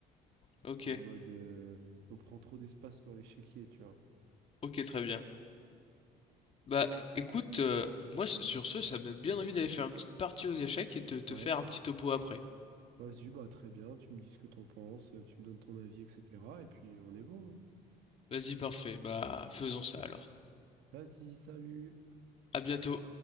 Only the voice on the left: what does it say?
Ok,
ok, très bien. Bah
écoute, euh, moi s- sur ce, ça me donne bien envie d'aller faire une petite partie aux échecs et de te
faire un petit topo après.
Vas-y, parfait. Bah faisons ça alors.
À bientôt.